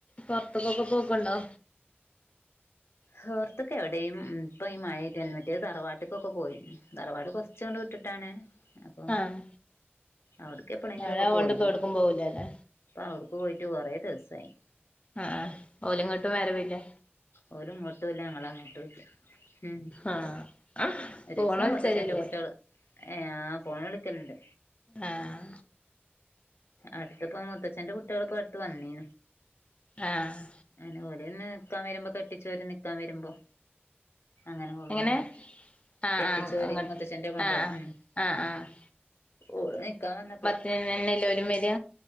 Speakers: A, on the left (about 30°); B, on the left (about 80°).
A: പൊറത്ത്ക്ക് ഒക്കെ പോക്ക്ണ്ടോ?
B: ഹൊറത്ത്ക്ക് എവിടെയും ഇപ്പ ഈ മഴായിട്ട് മറ്റേ തറവാട്ട്ക്ക് ഒക്കെ പോയിനി. തറവാട് കൊറച്ചാണ്ട് വിട്ടിട്ടാണ്. അപ്പൊ
A: ആഹ്
B: അവ്ട്ക്കെപ്പളെഗിലൊക്കെ
A: മഴയാവോണ്ട്
B: പോയിന്നു
A: ഇപ്പ എവിടക്കും പോവൂലല്ലേ
B: ആഹ്, അവുടുക്ക് പോയിട്ട് കൊറേ ദിവസായി.
A: അ ആഹ്, ഓല് ഇങ്ങട്ട് വരവില്ലേ?
B: ഓല് ഇങ്ങോട്ടുല്ല, ഞങ്ങള് അങ്ങട്ടുല്ല. ഉം
A: ആഹ്
B: ഒരീസം
A: ഫോണ് വിളിച്ചലില്ലേ
B: മൂത്തച്ഛന്റെ കുട്ടിയള്, ഏ ആഹ് ഫോൺ വിളിക്കല്ണ്ട്.
A: ആഹ്
B: അടുത്ത്പ്പം മൂത്തച്ഛന്റെ കുട്ടിയള് ഇപ്പ അട്ത്ത് വന്നിനി
A: ആഹ്
B: അല്ല ഓല് പിന്നെ നിക്കാൻ വരുമ്പോ കെട്ടിച്ചോര് നിക്കാൻ വരുമ്പം. അങ്ങനെ ഓള്
A: എങ്ങനെ
B: വന്നി
A: ആഹ്
B: കെട്ടിച്ചോര്,
A: ആഹ് അങ്ങട്ട്
B: മൂത്തച്ഛന്റെ മകൾ.
A: ആഹ് ആഹ്
B: ഉം,
A: ആഹ് ആഹ്
B: ഓള് നിക്കാൻ വന്നപ്പോ
A: <unintelligible> ലെ ഓലും വരിയ